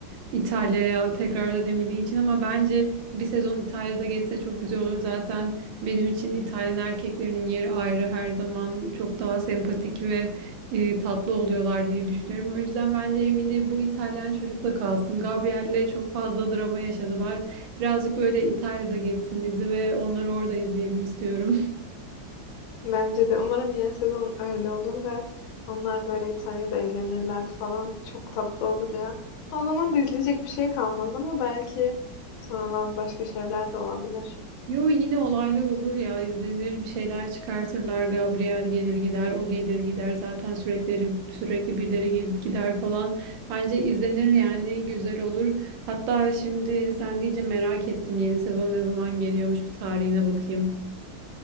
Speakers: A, on the right; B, on the left.
A: İtalya'ya tekrardan Emily için ama bence bir sezon İtalya'da geçse çok güzel olur. Zaten benim için İtalyan erkeklerinin yeri ayrı her zaman çok daha sempatik ve e, tatlı oluyorlar diye düşünüyorum. O yüzden bence Emily bu İtalyan çocukla kalsın. Gabriel'le çok fazla drama yaşadılar. Birazcık böyle İtalya'da geçsin dizi ve onları orada izleyelim istiyorum.
B: Bence de umarım yeni sezon öyle olur ve onlar böyle İtalya'da evlenirler falan. Çok tatlı olur ya. O zaman da izleyecek bir şey kalmaz ama belki sonradan başka şeyler de olabilir.
A: <laughs> Yo yine olaylar olur ya izlenir bir şeyler çıkartırlar. Gabriel gelir gider, o gelir gider. Zaten sürekli sürekli birileri gelip gider falan. Bence izlenir yani güzel olur. Hatta şimdi sen deyince merak ettim yeni sezon ne zaman geliyormuş bir tarihine bakayım.